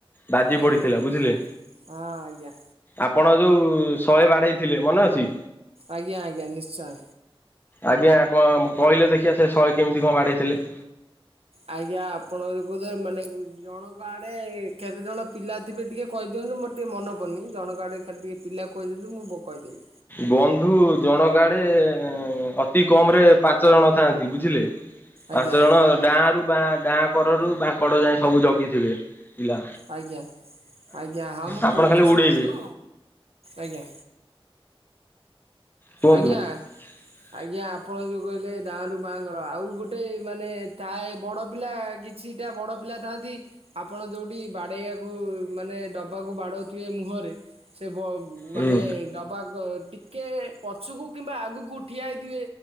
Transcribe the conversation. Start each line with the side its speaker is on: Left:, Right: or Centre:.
Left: ବାଜି
Right: ଆଜ୍ଞା
Left: ପଡିଥିଲା। ବୁଝିଲେ?
Right: ହଁ ଆଜ୍ଞା।
Left: ଆପଣ ଯୋଉ ଶହେ ବାଡେଇ ଥିଲେ। ମନେ ଅଛି?
Right: ଆଜ୍ଞା ଆଜ୍ଞା। ନିଶ୍ଚୟ।
Left: ଆଜ୍ଞା କ କହିଲେ ଦେଖିବା ସେ ଶହେ କେମିତି କଣ ବାଡେଇଥିଲେ?
Right: ଆଜ୍ଞା ଆପଣ ଯୋଉ କହୁଥିଲେ ମାନେ ଜଣଙ୍କ ଆଡେ କେତେ ଜଣ ପିଲା ଥିବେ ଟିକେ କହିଦିଅନ୍ତୁ, ମୋର ଟିଏ ମନ ପଡ଼ନି। ଜଣଙ୍କ ଆଡ଼େ ଖାଲି ଟିକେ ପିଲା କହିଦିଅନ୍ତୁ, ମୁଁ ବ କହିଦେବି।
Left: ବନ୍ଧୁ ଜଣଙ୍କ ଆଡେ-ଏଁ ଅତି କମ୍ ରେ ପାଞ୍ଚ ଜଣ ଥାଆନ୍ତି। ବୁଝିଲେ? ପାଞ୍ଚ
Right: ଆଜ୍ଞା।
Left: ଜଣ ଡାଁ ରୁ ବାଁ, ଡାଁ କରରୁ ବାଁ କଡ ଯାଏ ସବୁ ଜଗିଥିବେ। ପିଲା
Right: ଆଜ୍ଞା, ଆଜ୍ଞା। ହଁ, ମୁଁ
Left: ଆପଣ
Right: କହୁଛି
Left: ଖାଲି ଉଡେଇବେ
Right: ଶୁଣନ୍ତୁ, ଆଜ୍ଞା।
Left: କୁହନ୍ତୁ
Right: ଆଜ୍ଞା।
Left: <inaudible>
Right: ଆଜ୍ଞା, ଆପଣ ଯୋଉ କହିଲେ, ଡାଁ ରୁ ବାଁ କର। ଆଉ ଗୋଟେ ମାନେ ଥାଏ, ବଡ ପିଲା କି ଛିଟା ବଡ଼ ପିଲା ଥାଆନ୍ତି। ଆପଣ ଯଉଠି ବାଡ଼େଇଆକୁ ମାନେ ଡବାକୁ ବାଡ଼ଉଥିବେ ମୁହଁରେ। ସେ ବ ମାନେ
Left: ହୁଁ
Right: ଡବାକ ଟିକେ ପଛୁକୁ କିମ୍ବା ଆଗକୁ ଠିଆ ହେଇ ଥିବେ।